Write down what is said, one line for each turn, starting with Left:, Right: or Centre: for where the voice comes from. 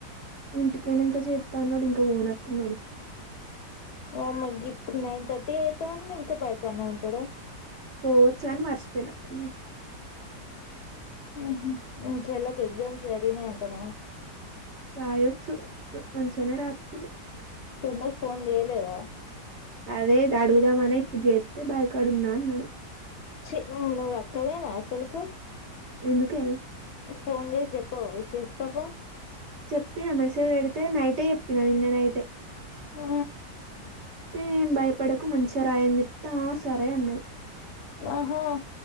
Right: ఇంటికి పోయినంకా చేత్త అన్నాడు ఇంకా పోనట్టున్నాడు
Left: వామ్మో గిప్ నైన్ థర్టీ అయితాంది ఇంకా బైకన్నె ఉంటడ
Right: ఓ చన్ మర్చిపోయినట్టు ఉంది.
Left: ఉహుమ్. మీ చెల్లెకి ఎగ్జామ్స్ జరిగినాయంటానా.
Right: రాయొచ్చు, మంచిగనే రాత్తది.
Left: కుమార్ ఫోన్ జేయ్లేదా.
Right: అదే ఇద్ అడుగుదామనే ఇప్పుడడ్ చేత్తే, బాయి కాడున్నా అన్నాడు.
Left: ఛీ ను, నువ్వు అక్కవేనా అసల్కు?
Right: ఎందుకే.
Left: ఫోన్ జేసి జెప్పినవ విషెస్ పాపం.
Right: చెప్పినా, మెసేజ్ బెడితే నైటే చెప్పినా, నిన్న నైటే.
Left: ఓ.
Right: తే ఏం భయపడకు మంచి రాయని చెప్తే, ఆ సరే అన్నది.
Left: ఓహో.